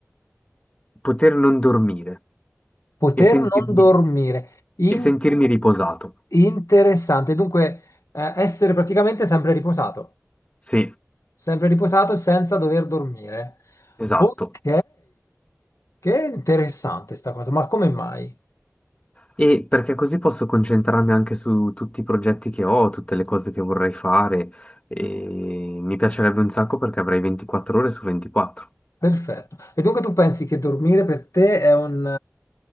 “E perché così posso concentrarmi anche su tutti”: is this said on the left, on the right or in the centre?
Left